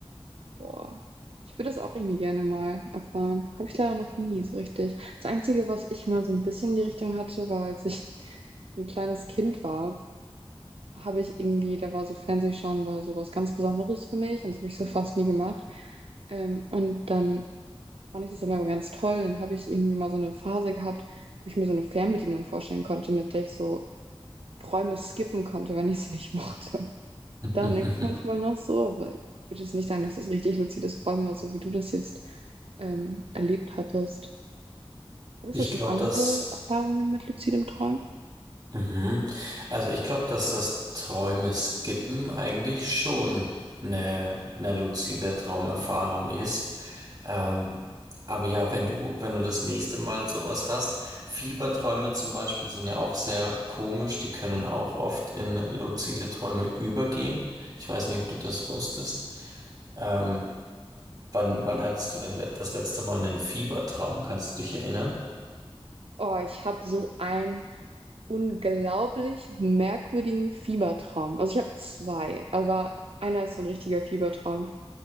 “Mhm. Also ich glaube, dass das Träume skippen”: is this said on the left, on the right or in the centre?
Right